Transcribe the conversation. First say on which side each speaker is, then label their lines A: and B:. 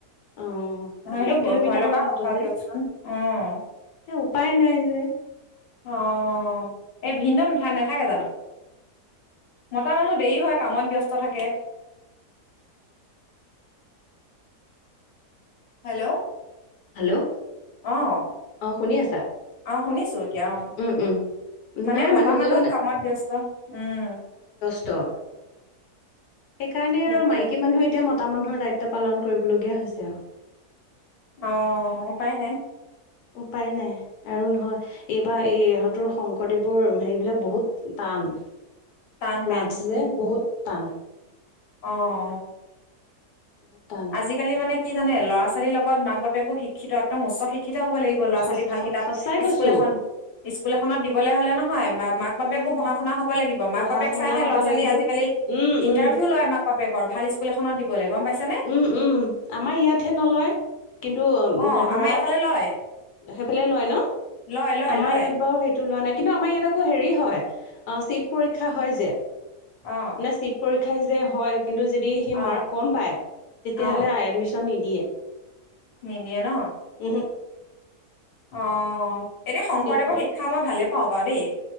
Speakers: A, on the left (about 75°); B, on the left (about 40°).
A: অ
B: অহ
A: আকৌ
B: সেইটো
A: এক কিলোমিটাৰ
B: ভয় লগা
A: মান হ'ব
B: কথাও
A: যে
B: দিয়কচোন উম।
A: এ উপায় নাই যে-
B: অঁ এই ভিনডও নাথাকে জানো। মতা মানুহ দেৰি হয় কামত ব্যস্ত থাকে। হেল্ল',
A: হেল্ল'
B: অঁ
A: অ শুনি আছা
B: অ শুনিছোঁ এতিয়া অঁ।
A: উম উম।
B: মানে
A: নাই
B: মতা
A: মানুহজনো
B: মানুহ কামত ব্যস্ত উম।
A: ত সেইকাৰণে
B: সেইটোৱে
A: আৰু মাইকী মানুহে এতিয়া মতা মানুহৰ দায়িত্ব পালন কৰিবলগীয়া হৈছে আও।
B: অঁ উপায় নাই।
A: উপায় নাই। আৰু নহয় এইবাৰ এই ইহঁতৰ শংকৰদেৱৰ সেইবিলাক বহুত টান
B: টান
A: মেথচ
B: টান
A: যে বহুত টান
B: অঁ
A: বহুত তান
B: আজিকালি মানে কি জানে লৰা ছোৱালীৰ লগত বাপেকো শিক্ষিত উচ্চ শিক্ষিত হ'ব লাগিব। ল'ৰা
A: সঁচ-
B: ছোৱালী ভাল
A: স-
B: কিতাপ,
A: সঁচাই কৈছো
B: স্কুল এখন স্কুল এখনত দিবলৈ হলে নহয়, মা মাক বাপেকো
A: উম
B: পঢ়া শুনা হ'ব লাগিব। মাক- মাক
A: পঢ়া
B: বাপেক
A: শুনা
B: চাইহে
A: হ'ব
B: লৰা ছোৱালী
A: লাগিব
B: আজিকালি
A: উম
B: ইন্টাৰভিউ
A: উম
B: লয় মাক বাপেকৰ ভাল স্কুল এখনত দিবলৈ গম পাইছে নে
A: উম উম আমাৰ ইয়াতহে নলয়- কিন্তু উম
B: অ
A: ধৰা
B: আমাৰ এইফালে
A: সেইফালে
B: লয়
A: লয় ন
B: লয় লয়
A: আমাৰ
B: লয়
A: ইয়াত বাৰু সেই- লোৱা নাই কিন্তু আমাৰ ইয়াত আকৌ হেৰি হয়, চিট পৰীক্ষা হয় যে-
B: অ
A: ছিট পৰীক্ষা যে হয় কিন্তু যদি সি
B: অ
A: মাৰ্ক কম পায় তেতিয়াহ'লে
B: অ
A: আ এডমিশন নিদিয়ে।
B: নিদিয়ে ন
A: উহো
B: অ এনে শংকৰদেৱৰ,
A: চিট
B: শিক্ষা মই ভালে পাওঁ বাৰু দেই